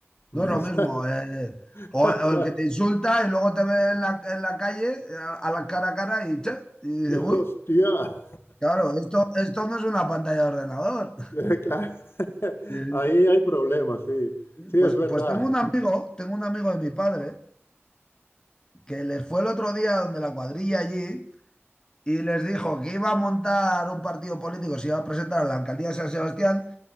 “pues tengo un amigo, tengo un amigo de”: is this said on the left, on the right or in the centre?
Left